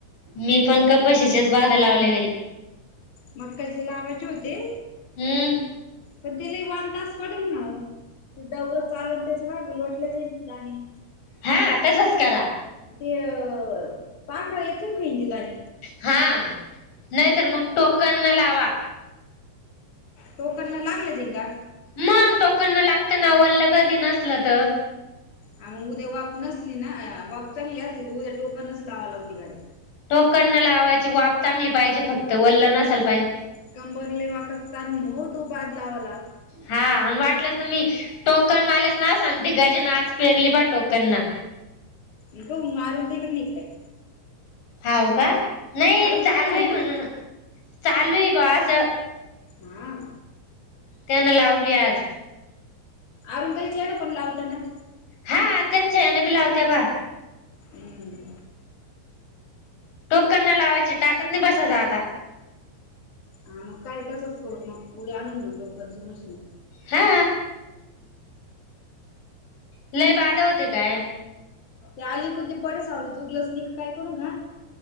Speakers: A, on the left; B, on the left.
A: मी पण क पशचीच बाधा लावली होई
B: मगकाचे लावाचे होते.
A: हम्म.
B: पण तेले वन तास पडेल ना. दवर चालत त्याच्या मा लोटल्या जाईलणी
A: हा आताचच करा.
B: ते अ पापरा ये तम काही दने
A: हा नाही तरर मग टोकन न लावा.
B: टोकन ना लागलं ते का?
A: मंग तोकणना लागत ना वललं कधी नसल तर
B: ह मग उद्या वाप नसली ना वाप चांगली असली तू उद्या टोकन नस लावा लावतीकडे
A: टोकन न लावायची वाब चांगली पाहिजे फक्त वल्लं नसाल पाहिजे.
B: कंबरले वाकत चाल मन हो तो बादलावाला
A: हा आणि वाटलं तर मी टोकनवालेच ना सांगते गाजेन आच पेरली प टोकन ना.
B: इक उ आरोते कड नेतय.
A: हाव का नाही
B: अरुण
A: चालू
B: ताईकडे
A: आहे म्हणून
B: ना?
A: चालू आहे बा असं.
B: हा.
A: त्यान लावली आज
B: अरुून काय आहे ना कोण लावताना
A: हा त्यांच्या यान बी लावत्या बा
B: हम्म.
A: टोकना लावायची टाकत नाही बसायच आता
B: हा मग काय तासच करू मग उर्या आणून घऊ टोकनचं मशीन
A: हा. नाही बाधा होते काय.
B: ते आली कु ते पडच आ् तुघलच न काय करून घा